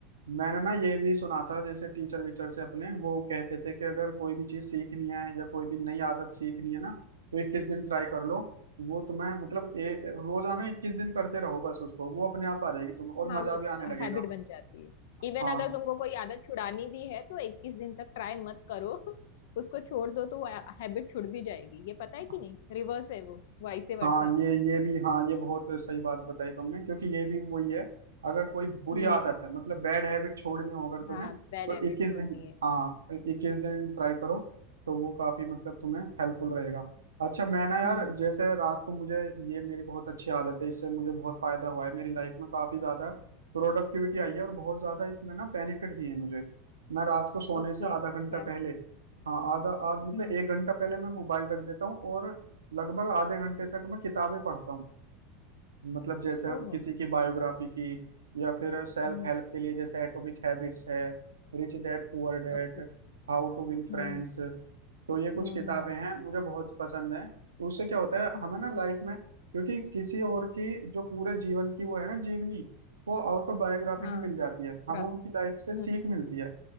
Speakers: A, on the right (about 80°); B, on the left (about 60°).
A: मैंने ना ये भी सुना था जैसे टीचर वीचर से अपने वो कहते थे कि अगर कोई भी चीज सीखनी है या कोई भी नई आदत सीखनी है ना तो इक्कीस दिन ट्राई कर लो वो तुम्हें मतलब ए रोजाना इक्कीस दिन करते रहो बस उसको वो अपने आप आ जाएगी तुम्हें और
B: हाँ
A: मजा
B: वो
A: भी आने लगेगा
B: हैबिट बन जाती है इवन
A: हाँ
B: अगर तुमको कोई आदत छुड़ानी भी है तो इक्कीस दिन तक ट्राई मत करो <laughs> उसको छोड़ दो तो वो हैबिट छुड़ भी जाएगी ये
A: <laughs>
B: पता है कि नहीं रिवर्स है वो वाइसे वर्सा
A: हाँ ये ये भी हाँ ये बहुत सही बात बताई तुमने क्योंकि ये भी वही है अगर कोई बुरी
B: हम्म
A: आदत है मतलब बैड हैबिट छोड़नी हो अगर तुम्हें
B: हाँ बैड
A: तो
B: हैबिट
A: 21
B: छोड़नी
A: दिन
B: है
A: हाँ 21 दिन ट्राई करो तो वो काफी मतलब तुम्हें हेल्पफुल रहेगा अच्छा मैं ना यार
B: हम्म
A: जैसे रात को मुझे ये मेरी बहुत अच्छी आदत है इससे मुझे बहुत फायदा हुआ है मेरी लाइफ में काफी ज्यादा प्रोडक्टिविटी आई है और बहुत ज्यादा इसने ना बेनिफिट दिए हैं मुझे मैं रात को सोने
B: ओके
A: से आधा
B: क्या
A: घंटा
B: है
A: पहले हाँ आधा आध मतलब
B: हम्म
A: एक घंटा पहले मैं मोबाइल रख देता हूँ और लगभग आधे घंटे तक मैं किताबें पढ़ता हूँ मतलब जैसे
B: ओहो
A: किसी की बायोग्राफी की या फिर सेल्फ
B: हम्म
A: हेल्प के लिए जैसे एटॉमिक हैबिट्स है rich dad poor dad
B: ओके
A: how to win
B: हम्म
A: friends
B: okay, हम्म
A: तो ये कुछ
B: हम्म,
A: किताबें हैं मुझे बहुत पसंद है उससे क्या होता है
B: हम्म,
A: हमें ना
B: हम्म,
A: लाइफ में क्योंकि किसी और की जो पूरे जीवन की वो है ना जीवनी वो ऑटोबायोग्राफी
B: हाँ
A: में मिल जाती है
B: क्रक्स
A: हमें उनकी लाइफ से सीख
B: हम्म
A: मिलती है